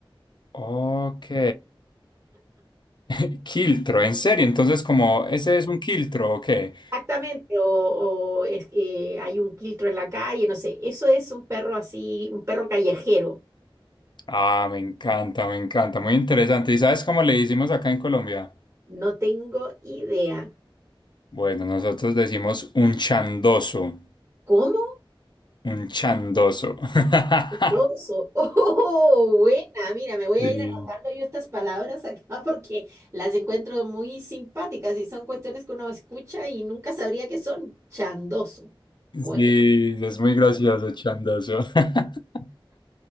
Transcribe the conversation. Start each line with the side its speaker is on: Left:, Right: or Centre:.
Left: Ok. <laughs> Quiltro, en serio, entonces como ese es un quiltro o qué?
Right: Exactamente, o, o es que hay un quiltro en la calle, no sé. Eso es un perro así, un perro callejero.
Left: Ah, me encanta, me encanta, muy interesante. ¿Y sabes cómo le decimos acá en Colombia?
Right: No tengo idea.
Left: Bueno, nosotros decimos un chandoso,
Right: ¿Cómo?
Left: un chandoso. <laughs>
Right: Doso. <laughs> Oh, buena. Mira, me voy a
Left: Sí,
Right: ir anotando yo estas palabras acá <laughs> porque las encuentro muy simpáticas y son cuestiones que uno escucha y nunca sabría qué son. Chandoso.
Left: sí,
Right: Bueno,
Left: es muy gracioso, chandoso. <laughs>